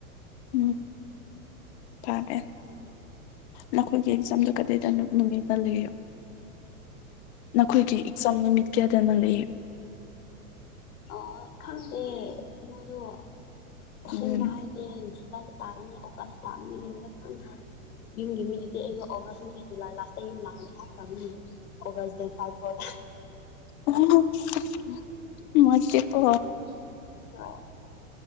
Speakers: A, on the left; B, on the left.
A: ꯎꯝ꯫ ꯐꯥꯗꯦ ꯅꯈꯣꯏꯒꯤ ꯑꯦꯛꯖꯥꯝꯗꯣ ꯀꯔꯤꯗꯅꯣ ꯅꯨꯃꯤꯠꯇ ꯂꯩ ꯅꯈꯣꯏꯒꯤ ꯏꯛꯆꯥꯝ ꯅꯨꯃꯤꯠ ꯀꯌꯥꯗꯅ‌ꯣ ꯂꯩ꯫
B: ꯑꯣ ꯈꯪꯗꯦ ꯃꯣꯏꯗꯣ꯫ ꯑꯁꯦꯡꯕ
A: ꯎꯝ
B: ꯍꯥꯏꯗ‌ꯦ ꯖꯨꯂꯥꯏꯗ ꯇꯥꯒꯅꯤ ꯑꯣꯒꯁ ꯇꯥꯒꯅꯤ <unintelligible> ꯌꯨꯃꯒꯤ ꯃꯤ ꯒ‌ꯩꯗꯤ ꯑꯩꯗꯣ ꯑꯣꯒꯁ ꯅꯠꯇ‌ꯦ ꯖꯨꯂꯥꯏ ꯂꯥꯁꯇ ꯌꯨꯝ ꯂꯥꯡꯅꯤ ꯍꯥꯏ ꯈꯔꯝꯅꯤ꯫ ꯑꯣꯒꯁ ꯗꯦ ꯐꯥꯏ ꯐꯣꯔ꯫
A: <unintelligible> ꯃꯣꯢ ꯆꯤꯠꯄꯣ꯫
B: <unintelligible>